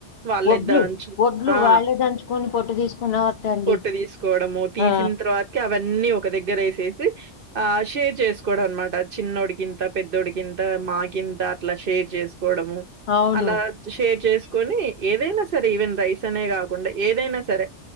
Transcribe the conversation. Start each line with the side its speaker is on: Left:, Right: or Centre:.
Right: వాళ్ళిద్ద
Left: ఒడ్లు
Right: అంచు
Left: ఒడ్లు
Right: ఆ
Left: వాళ్ళే దంచుకొని పొట్టు తీసుకునేవారట అండి
Right: పొట్టు తీసుకోవడము తీసిన
Left: ఆ
Right: తర్వాత అవన్నీ ఒక దగ్గర వేసి ఆ షేర్ చేసు అనమాట చిన్నోడికింత పెద్దోడికింత మాకింత అట్లా షేర్ చేసుకో కావడమూ
Left: అవును.
Right: అలా షేర్ చెస్ కని ఏదైనా సరే ఈవెన్ రైస్ అనే కాకుండా ఏదైనా సరే